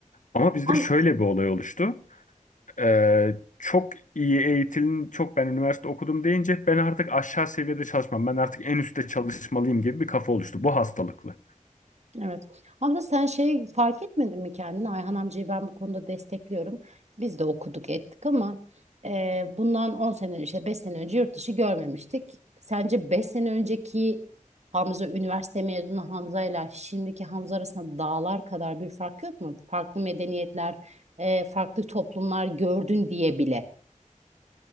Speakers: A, on the left (about 65°); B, on the right (about 55°).
A: Ama bizde
B: Ama
A: şöyle bir olay oluştu. Ee, çok iyi eğitilin, çok ben üniversite okudum deyince ben artık aşağı seviyede çalışmam, ben artık en üstte çalışmalıyım gibi bir kafa oluştu. Bu hastalıklı.
B: Evet. Abla sen şey fark etmedin mi kendini? Ayhan amcayı ben bu konuda destekliyorum. Biz de okuduk ettik ama e, bundan 10 sene işte 5 sene önce yurt dışı görmemiştik. Sence 5 sene önceki Hamza üniversite mezunu Hamza ile şimdiki Hamza arasında dağlar kadar bir fark yok mu? Farklı medeniyetler, e, farklı toplumlar gördün diye bile.